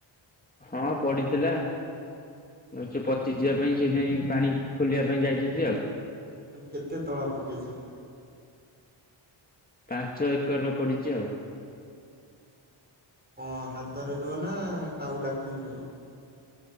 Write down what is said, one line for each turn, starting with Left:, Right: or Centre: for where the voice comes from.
Left: ହଁ ପଡିିଥିଲା। ଆଉ ସେ ପଚି ଯିବା ପାଇଁ ସେ ଯାଇଁ ପାଣି ଖୋଲିବା ପାଇଁ ଯାଇଛନ୍ତି ଆଉ।
Right: କେତେ ତଳା ପକେଇଛ।
Left: ପାଞ୍ଚ ଏକରର ପଡିଛି ଆଉ।
Right: କଣ ହାତରେ ରୁଅ ନା କାହାକୁ ଡାକିକି ରୁଅ।